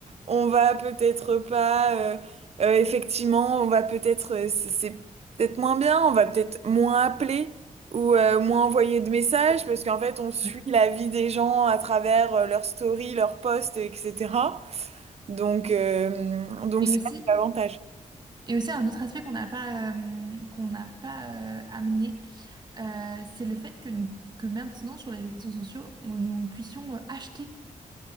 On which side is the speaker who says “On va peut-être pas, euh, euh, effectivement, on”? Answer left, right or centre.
Right